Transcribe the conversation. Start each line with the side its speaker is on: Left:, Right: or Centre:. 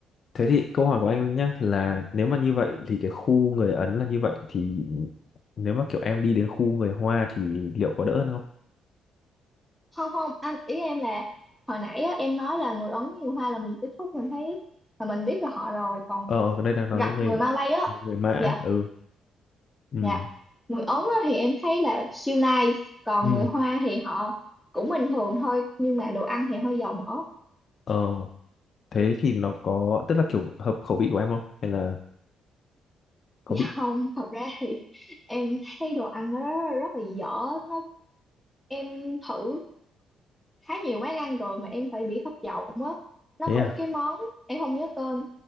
Left: thế thì câu hỏi của anh nhá là nếu mà như vậy thì cái khu người Ấn là như vậy thì nếu mà kiểu em đi đến khu người Hoa thì liệu có đỡ hơn không
Centre: không không anh ý em là hồi nãy á, em nói là người Ấn nhiều hoa là mình tiếp xúc mình thấy mà mình biết là họ rồi còn
Left: ờ ở đây đang nói
Centre: Giặt
Left: đến người
Centre: người Malay á
Left: người Mã
Centre: dạ
Left: ừ ừ
Centre: dạ người Ấn á, thì em thấy là siêu nice còn
Left: ừ
Centre: người Hoa thì họ cũng bình thường thôi nhưng mà đồ ăn thì hơi dầu mỡ
Left: ờ thế thì nó có tức là kiểu hợp khẩu vị của em không hay là có
Centre: dạ
Left: bị
Centre: không thật ra thì em thấy đồ ăn nó rất là dở nó em thử khá nhiều quán ăn rồi mà em phải bị thất vọng á nó
Left: thế
Centre: có
Left: à
Centre: một cái món em không nhớ tên